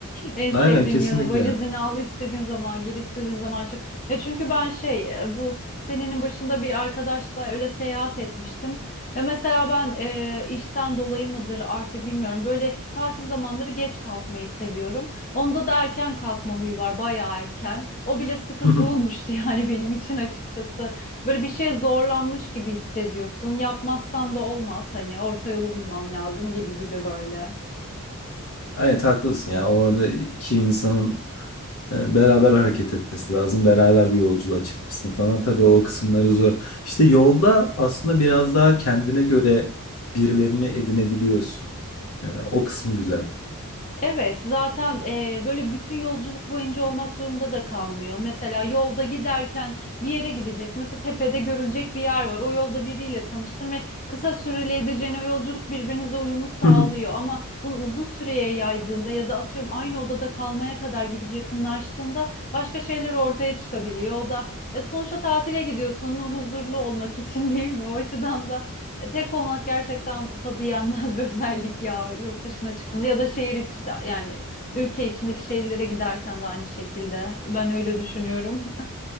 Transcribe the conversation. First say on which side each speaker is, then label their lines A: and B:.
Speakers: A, on the left (about 40°); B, on the left (about 70°).
A: En
B: Aynen
A: sevdiğim
B: kesinlikle.
A: yanı valizini al istediğin zaman gir istediğin zaman çık. Ya çünkü ben şey e, bu senenin başında bir arkadaşla öyle seyahat etmiştim. Ya mesela ben e, işten dolayı mıdır artık bilmiyorum. Böyle tatil zamanları geç kalkmayı seviyorum. Onda da erken kalkma huyu var bayağı erken. O bile sıkıntı
B: <laughs>
A: <laughs> olmuştu yani benim için açıkçası. Böyle bir şeye zorlanmış gibi hissediyorsun. Yapmazsan da olmaz hani orta yolu bulman lazım gibi gibi böyle.
B: Evet haklısın ya. Orada iki insanın E, Beraber hareket etmesi lazım. Beraber bir yolculuğa çıkmışsın falan. Tabii o kısımları zor. İşte yolda aslında biraz daha kendine göre birilerini edinebiliyorsun. E, O kısmı güzel.
A: Evet, zaten e, böyle bütün yolculuk boyunca olmak zorunda da kalmıyor. Mesela yolda giderken bir yere gideceksin. Mesela tepede görülecek bir yer var. O yolda biriyle tanıştın ve kısa süreli edeceğin o yolculuk birbirinize uyumu sağlıyor.
B: <laughs>
A: Ama bunu uzun süreye yaydığında ya da atıyorum aynı odada kalmaya kadar gidip yakınlaştığında başka şeyler ortaya çıkabiliyor. O da e, sonuçta tatile gidiyorsun huzurlu olmak için <laughs> değil mi? O açıdan da e, Tek olmak gerçekten tadı yenmez bir <laughs> özellik ya yurt dışına çıktığında ya da şehir içi de yani ülke içindeki şehirlere giderken de aynı şekilde ben öyle düşünüyorum.